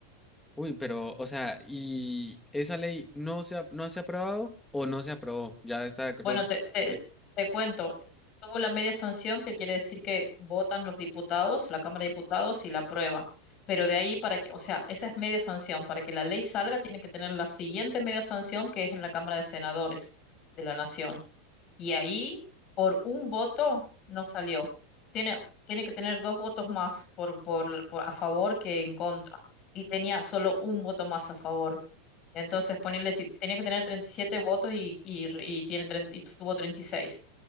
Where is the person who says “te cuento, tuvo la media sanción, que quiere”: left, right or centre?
Left